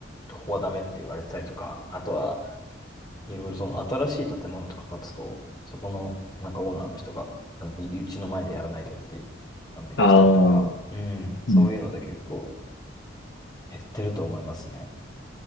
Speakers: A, on the left (about 20°); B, on the left (about 65°).
A: ここはダメって言われてたりとか、あとは、いろいろその新しい建物とか建つと、そこの、なんかオーナーの人が、あの、みうちの前でやらないでって、あの、言ってたりとか、
B: ああ、
A: うん。そういうので結構
B: うん。
A: 減ってると思いますね。